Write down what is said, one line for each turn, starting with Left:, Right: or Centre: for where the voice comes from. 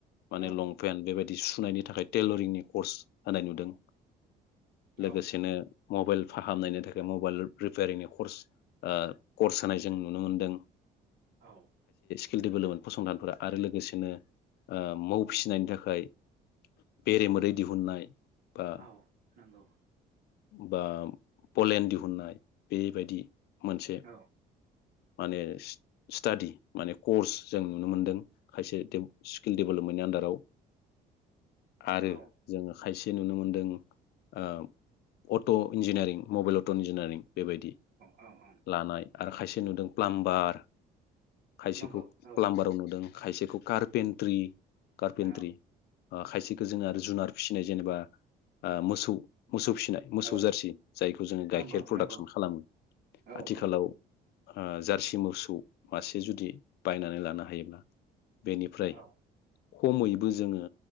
Left: माने
Right: औ
Left: लंपेन्ट बेबायदि सुनायनि थाखाय टेलरिंनि कर्स होनाय नुदों
Right: औ
Left: लोगोसेनो मबाइल फाहामनायनि थाखाय मबाइल रिपेयारिंनियाव कर्स ओह कर्स होनाय जों नुनो मोन्दों।
Right: औ।
Left: किल डेभेलपमेन्ट फसंथानफोरा आरो लोगोसेनो ओह मौ फिसिनायनि थाखाय बेरे मोदै दिहुननाय बा
Right: औ नंगौ।
Left: बा पलेण्ड दिहुननाय बेबायदि मोनसे
Right: औ
Left: माने स-स्टाडि माने कर्स जों नुनो मोनदों खायसे देफ स्किल डेभेलपमेन्टनि आन्दाराव आरो
Right: औ
Left: जोङो खायसे नुनो मोनदों ओह auto engineering mobile auto engineering बेबायदि
Right: औ औ
Left: लानाय आरो खायसे नुदों प्लामबार खायसेखौ
Right: नंगौ औ
Left: प्लामबाराव नुदों खायसेखौ कार्पेनट्रि कार्पेनट्रि
Right: औ
Left: ओह खायसेखो जोङो आरो जुनार फिसिनाय जेनेबा ओह मोसौ मोसौ फिसिनाय मोसौ
Right: औ
Left: जारसि जायखौ जोङो गाइखेर
Right: नंगौ
Left: प्रडाक्स
Right: नंगौ
Left: खालामो
Right: औ
Left: आथिखालाव
Right: औ
Left: ओह जार्सि मोसौ मासे जुदि बायनानै लानो हायोब्ला बेनिफ्राय
Right: औ
Left: खमैबो जोङो